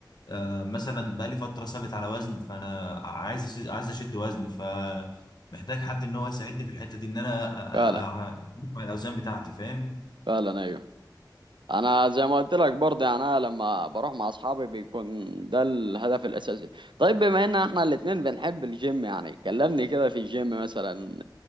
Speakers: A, on the left; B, on the right.
A: آه مثلا بقى لي فتره ثابت على وزن فانا عايز أشد عايز اشد وزن فمحتاج حد ان هو يساعدني في الحته دي ان انا أ- أ-
B: فعلا
A: أ- أروح مع الاوزان بتاعتي فاهم
B: فعلا ايوه انا زي ما قلت لك برضه يعني انا لما بروح مع اصحابي بيكون ده الهدف الاساسي طيب بما ان احنا الاتنين بنحب الجيم يعني كلمني كده في الجيم مثلا